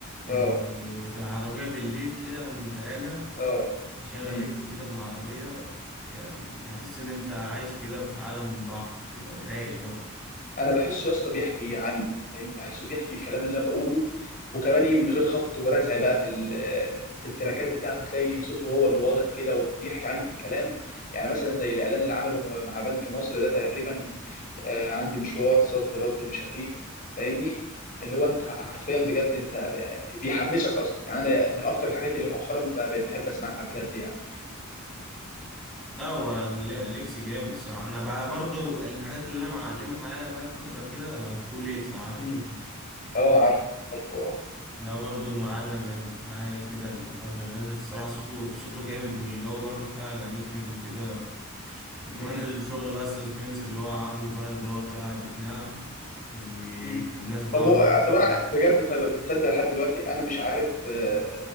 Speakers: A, in the centre; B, on the left.
A: إيه،
B: اه
A: في العربيه بالليل كده وانت راجع
B: اه
A: تشغل
B: مم.
A: ليجاسي كده في العربيه يعني تحس ان انت عايش كده في عالم لوحدك كده رايق برضه
B: انا بحسه يا اسطى بيحكي عني فاهمني بحسه بيحكي الكلام اللي انا بقوله وكمان ايه من غير خبط ورزع بقى في ال- في التراكات بتاعته تلاقي صوته هو اللي واضح كده وبيحكي عنك الكلام يعني مثلا زي الاعلان اللي عمله مع بنك مصر ده تقريبا آه، عندي مشوار صد رد مش هغيب فاهمني اللي هو انت حرفيا بجد انت ب- بيحمسك اصلا يعني انا من اكتر الحاجات اللي مؤخرا ب- بقيت بحب اسمعها بجد يعني
A: لا هو ليجاسي جامد الصراحه انا بقى برضو الحاجات اللي انا معلمه معايا بقى الفتره الاخيره تو ليت لو عارف
B: امم
A: تو ليت
B: اه عارف عارفه اه
A: ده برضو معلم معايا كده الفتره اللي فاتت الصراحه صوته صوته جامد والجو برضو بتاع اغانيه حلو كده وكمان
B: امم
A: الشغل بقى السسبنس اللي هو عامله بقى اللي هو طالع بقناع والناس
B: مم.
A: بقى
B: طب هو
A: عمالة-
B: طب انا بجد طيب انت تصدق لحد دلوقتي انا مش عارف آه،